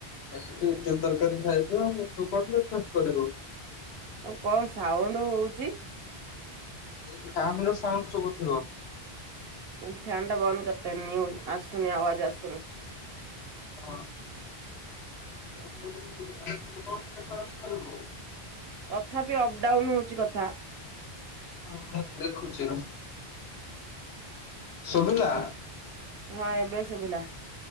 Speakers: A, on the left; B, on the right.
A: ଏମିତି ଇଟିଲି ତରକାରୀ ଖାଇବୁ ଆଉ, ତୁ କଣ ବ୍ରେକ୍ ଫାଷ୍ଟ କରିବୁ?
B: ଆଉ କଣ ସାଉଣ୍ଡ ହଉଚି?
A: ଏଇ ଫ୍ୟାନ୍ ର ସାଉଣ୍ଡ ଶୁବୁ ଥିବ?
B: ଫ୍ୟାନ୍ ଟା ବନ୍ଦ କରଦେ, ନିନ୍ୟୁଜ ଆସୁନି ଆବାଜ୍ ଆସୁନି।
A: ହଁ, ଆଉ ମୁଁ କହିଲି ତୁ କଣ ବ୍ରେକ୍ ଫାଷ୍ଟ କରିବୁ?
B: ତଥାପି ଅପ ଡାଉନ୍ ହଉଚି କଥା।
A: ହଁ ହଁ, ଦେଖୁଚି ରହ, ଶୁଭିଲା?
B: ହଁ ଏବେ ଶୁଭିଲା।